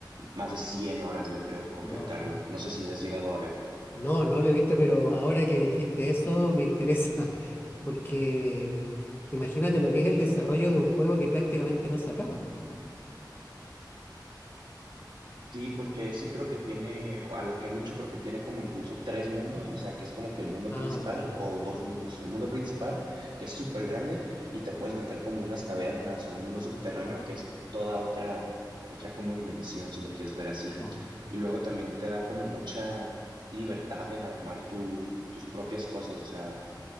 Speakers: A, on the right (about 80°); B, on the left (about 30°).
A: más de 100 horas, yo creo, completarlo.
B: Wow.
A: No sé si has llegado a ver.
B: No, no lo he visto, pero ahora que dijiste eso me interesa, <laughs> porque imagínate lo que es el desarrollo de un juego que prácticamente no se acaba.
A: Sí, porque ese creo que tiene, o a lo que han dicho, creo que tiene como incluso tres mundos, o sea, que es como que el mundo
B: Ah,
A: principal
B: ok.
A: o dos mundos. El mundo principal, que es súper grande, y te puedes meter como unas cavernas o un mundo subterráneo, que es toda otra, otra como dimensión, si lo quieres ver así.
B: Ah.
A: Y luego también te da como mucha libertad en armar tu, tus propias cosas, o sea.